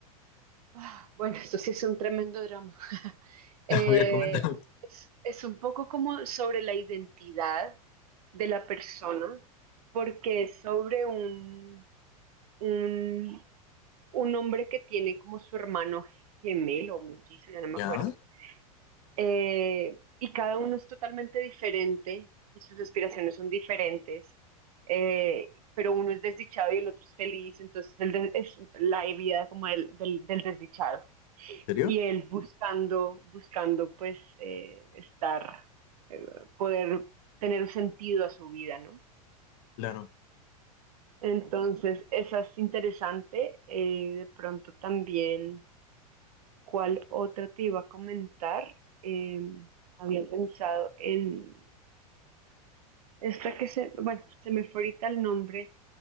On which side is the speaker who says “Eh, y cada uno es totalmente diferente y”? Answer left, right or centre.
Right